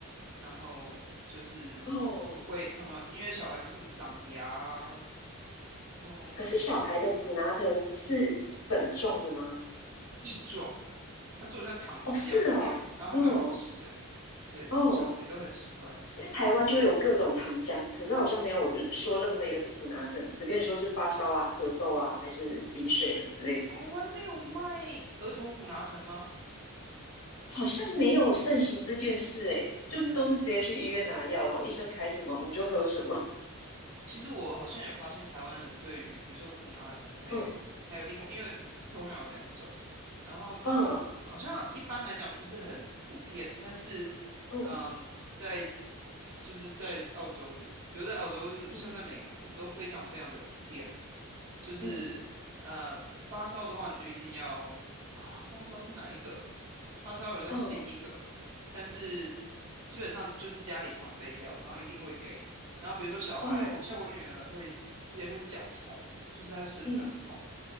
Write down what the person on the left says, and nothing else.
哦，
可是小孩的普拿疼是粉状的吗？
哦，是哦，
哦
哦，
因为台湾就有各种糖浆，可是它好像没有说任何一个是普拿疼，只跟你说是发烧啊、咳嗽啊，还是鼻水的之类的，
好像没有盛行这件事诶，就是都是直接去医院拿药，然后医生开什么我们就喝什么。
嗯
嗯
嗯
嗯
嗯
嗯
哦
嗯